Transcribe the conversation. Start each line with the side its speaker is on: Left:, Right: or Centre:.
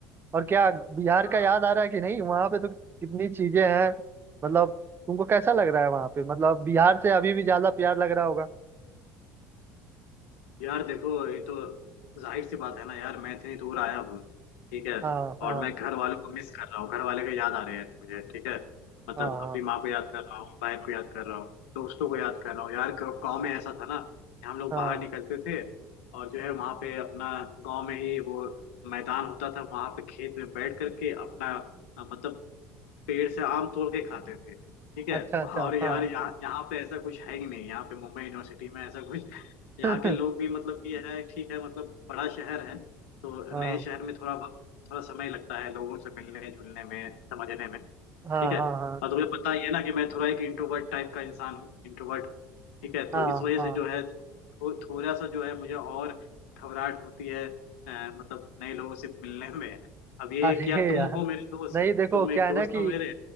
Right: और क्या बिहार
Left: हाँ
Right: का याद
Left: हाँ
Right: आ रहा है कि नहीं वहां पे तो कितनी चीजें हैं मतलब तुमको कैसा लग रहा है वहां पे मतलब बिहार से अभी भी ज्यादा प्यार लग रहा होगा
Left: यार देखो ये तो जाहिर सी बात है ना यार मैं इतनी दूर आया हूँ ठीक है
Right: हाँ हाँ
Left: और मैं घर वालों को मिस कर रहा हूँ घर वाले को याद आ रहे हैं मुझे ठीक है मतलब
Right: हाँ हाँ
Left: अपनी माँ को याद कर रहा हूँ बहन को याद कर रहा हूँ दोस्तों को याद कर रहा हूँ यार गाँव गाँव में ऐसा था ना कि हम लोग
Right: हाँ
Left: बाहर निकलते थे और जो है वहाँ पे अपना गाँव में ही वो मैदान होता था वहाँ पे खेत में बैठ करके अपना अ, मतलब पेड़ से आम तोड़ के खाते थे ठीक है
Right: अच्छा अच्छा
Left: और यार
Right: हाँ
Left: यहाँ यहाँ पे ऐसा कुछ है ही नहीं यहाँ पे मुंबई यूनिवर्सिटी में ऐसा कुछ <laughs> यहाँ
Right: <laughs>
Left: के लोग भी मतलब कि है ठीक है मतलब बड़ा शहर है तो
Right: हाँ
Left: नए शहर में थोड़ा वक्त- थोड़ा समय लगता है लोगों से मिलने जुलने में समझने में
Right: हाँ
Left: ठीक है
Right: हाँ हाँ
Left: और तुम्हें पता ही है ना कि मैं थोड़ा एक इंट्रोवर्ट टाइप का इंसान हूँ इंट्रोवर्ट हूँ ठीक है
Right: हाँ
Left: तो इस वजह
Right: हाँ
Left: से जो है थो, थोड़ा सा जो है मुझे और घबराहट होती है अ, मतलब नए लोगों से मिलने में अब ये
Right: अरे
Left: है कि यार तुम
Right: यार
Left: हो मेरे दोस्त
Right: नहीं देखो
Left: तुम एक
Right: क्या है
Left: दोस्त
Right: ना कि
Left: हो मेरे